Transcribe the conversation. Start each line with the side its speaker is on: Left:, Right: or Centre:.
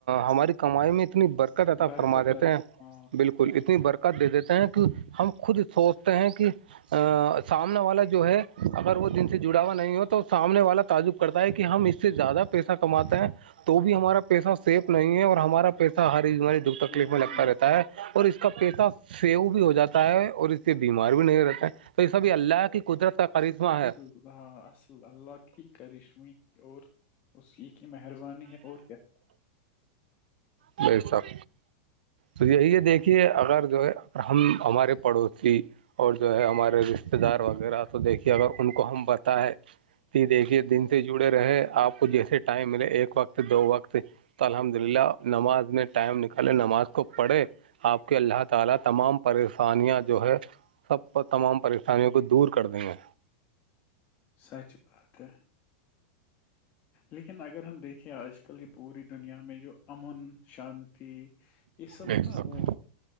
Right: ہماری کمائی میں اتنی بر تا
Left: برکت
Right: فرما دیتے
Left: ہے۔
Right: ہیں
Left: ہاں
Right: بالکل اتنی برکت دے دیتے ہیں کہ ہم خود سوچتے ہیں کہ سامنے والا جو ہے اگر وہ دن سے جڑاوا نہیں ہو تو سامنے والا تعجب کرتا ہے کہ ہم اس سے زیادہ پیسہ کماتے ہیں تو بھی ہمارا پیسہ سیف نہیں ہے اور ہمارا پیسہ ہریماری ڈب
Left: ہوں
Right: تکلیف میں لگتا
Left: ہوں
Right: رہتا ہے اور اس کا پیسہ سیو بھی ہو جاتا ہے اور اس سے بیمار بھی نہیں رہتا ہے تو یہ سب اللہ کی قدرت کا کرشمہ ہے
Left: ہ اصل اللہ کی کریش و اور اس کیی کی مہربانی ہے اور کیا
Right: برسخ تو یہی ہے دیکھیے اگر جو ہے ہم ہمارے پڑوسی اور جو ہے ہمارے رشتے دار وغیرہ تو دیکھیے اگر ان کو ہم بتائے دیکھیے دن سے جڑے رہے آپ کو جیسے ٹائم ملے ایک وقت دو وقت تو الحمد للہ نماز نے ٹائم نکالے نماز کو پڑھے آپ کے اللہ تعالی تمام پریشانیاں جو ہے سب تمام پریشانیوں کو دور کر دیں گے
Left: سچ بات ہے لیکن اگر ہم دیکھیں آج کل یہ پوری دنیا میں جو امن شانتی یہ سب
Right: بے شک
Left: نا وہ